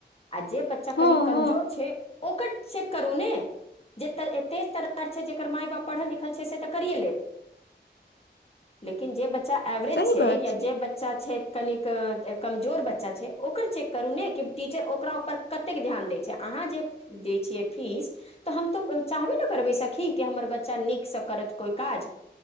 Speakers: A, on the left; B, on the left.
A: आ जे बच्चा
B: हँ
A: कनि कमजोर
B: हँ
A: छै ओकट चेक करू ने जे तेज तरार छै जेकर माय बाप पढ़ल लिखल छै से तऽ करिए लेत किन जे बच्चा एवरेज
B: सही
A: छै
B: बात
A: या जे बच् चा छै कनिक कमजोर बच्चा छै ओकर चेक करू ने कि टीचर ओकरा उपर कत्तेक ध्यान दै छै अहाँ जे दै छियै फीस तऽ हम त चाहबे ने करबै सखी कि हमर बच्चा नीक स करत कोइ काज